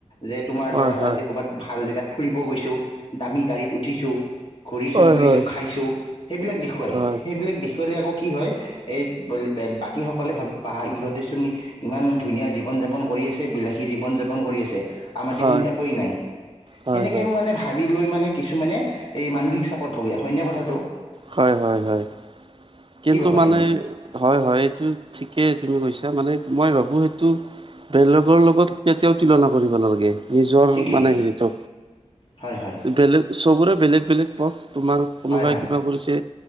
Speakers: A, on the left; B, on the right.
A: যে তোমাৰ
B: হয়,
A: ধৰা
B: হয়,
A: আজি ক'ৰবাত ভাল জেগাত ফুৰিব গৈছোঁ, দামী গাড়ীত উঠিছোঁ। ঘূৰিছোঁ
B: হয়,
A: ফুৰিছোঁ
B: হয়,
A: খাইছোঁ সেইবিলাক দেখুৱাই,
B: হয়,
A: সেইবিলাক দেখুৱালে আকৌ কি হয় এই <unintelligible> বাকীসকলে ভাব বা ইহঁতে চোন ইমান ধুনীয়া জীৱন-যাপন কৰি আছে! বিলাসী জীৱন-যাপন কৰি আছে। আমাৰ দেখোন
B: হয়, হয়,
A: একোৱেই নাই!
B: হয়,
A: সেনেকে মোৰ মানে, ভাবি লৈ মানে, কিছুমানে এই, মানসিক চাপত ভূগে। হয়নে কথাটো?
B: হয়, হয়, হয়। কিন্তু
A: কি ভাবা
B: মানে,
A: তুমি
B: হয়, হয়! এইটো ঠিকে তুমি কৈছা! মানে, মই ভাবোঁ সেইটো বেলেগৰ লগত, কেতিয়াও তুলনা কৰিব নালাগে। নিজৰ
A: ঠিকেই
B: মানে, সেৰিটো।
A: হয় হয়
B: বেলেগ, চবৰে বেলেগ- বেলেগ পথ। তোমাৰ, কোনোবাই
A: হয় হয়
B: কিবা কৰিছে।